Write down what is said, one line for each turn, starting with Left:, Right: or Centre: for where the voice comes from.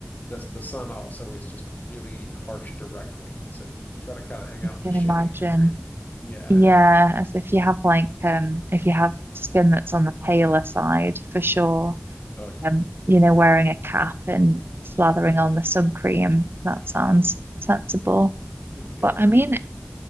Left: the the sun also is just really harsh directly. So you try to kind of hang
Right: I
Left: out in
Right: can
Left: the shade
Right: imagine.
Left: or yeah,
Right: Yeah, as if you have like um if you have skin that's on the paler side for sure.
Left: oh yeah,
Right: Um, you know, wearing a cap and slathering on the sun cream, that sounds sensible.
Left: <laughs> yeah
Right: But
Left: for
Right: I mean,
Left: sure.